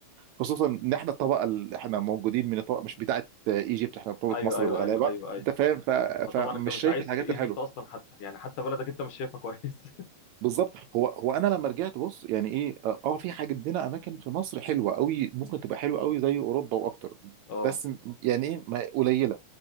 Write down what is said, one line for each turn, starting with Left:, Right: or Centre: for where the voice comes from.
Right: خصوصا ان احنا الطبقه اللي احنا موجودين من الطبقه مش بتاعه ايجيبت احنا طبقه
Left: ايوه
Right: مصر
Left: ايوه
Right: الغلابه
Left: ايوه ايوه ايوه
Right: انت فاهم ف...
Left: فطبعا
Right: فمش
Left: انت مش
Right: شايف
Left: عايش
Right: الحاجات
Left: في ايجيبت
Right: الحلوه
Left: اصلا حتى يعني حتى بلدك انت مش شايفها كويس <laughs>
Right: بالظبط هو هو انا لما رجعت بص يعني ايه اه آه، في حاجه عندنا اماكن في مصر حلوه قوي ممكن تبقى حلوه قوي زي اوروبا واكتر
Left: اه
Right: بس يعني ايه ما- قليله